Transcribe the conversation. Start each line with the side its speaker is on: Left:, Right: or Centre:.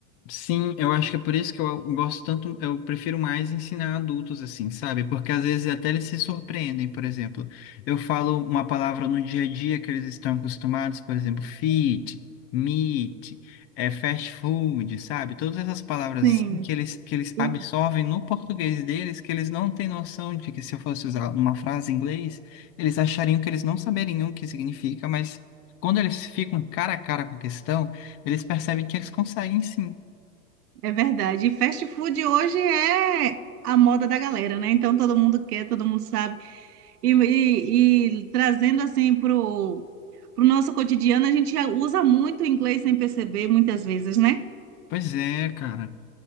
Left: Sim, eu acho que é por isso que eu gosto tanto, eu prefiro mais ensinar adultos assim, sabe? Porque às vezes até eles se surpreendem, por exemplo. Eu falo uma palavra no dia a dia que eles estão acostumados, por exemplo, fit, meat, é fast food, sabe? Todas essas palavras
Right: Sim,
Left: assim que eles que eles
Right: e-
Left: absorvem no português deles, que eles não têm noção de que se eu fosse usar numa frase em inglês, eles achariam que eles não saberiam o que significa, mas quando eles ficam cara a cara com a questão, eles percebem que eles conseguem sim.
Right: é verdade. E fast food hoje é a moda da galera, né? Então todo mundo quer, todo mundo sabe. E, e- e trazendo assim pro, pro nosso cotidiano, a gente usa muito o inglês sem perceber muitas vezes, né?
Left: Pois é, cara.